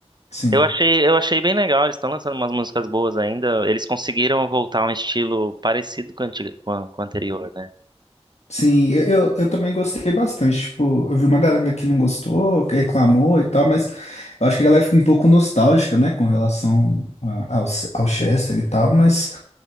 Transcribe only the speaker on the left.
Sim.
Sim, eu, eu eu também gostei bastante. Tipo, eu vi uma galera que não gostou, que reclamou e tal, mas eu acho que a galera fica um pouco nostálgica, né, com relação a- ao, ao Chester e tal. Mas